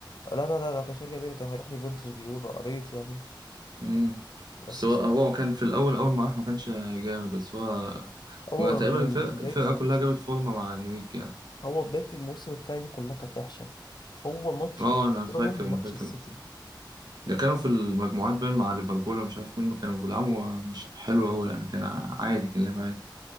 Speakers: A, on the left (about 60°); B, on the right (about 55°).
A: لا لا لا لا كانش هيرجع بينا كان هيروح يوفنتوس بيقولوا قريت يعني
B: امم
A: بس
B: بس هو هو كان في الاول اول ما راح ما كانش جامد بس هو
A: هو
B: كنا تقريبا
A: من
B: الفرق
A: بداية
B: الفرقه
A: الموسم
B: كلها جابت فورمه مع انريكي يعني
A: هو بداية الموسم الفاية دي كلها كانت وحشة هو ماتش
B: اه
A: اللي
B: انا فاكر
A: خسرهم
B: انا
A: ماتش
B: فاكر
A: السيتي
B: ده كانوا في المجموعات بين مع ليفربول ومش عارف مين ما كانوا بيلعبوا مش حلو أوي يعني كان عادي كان لعب عادي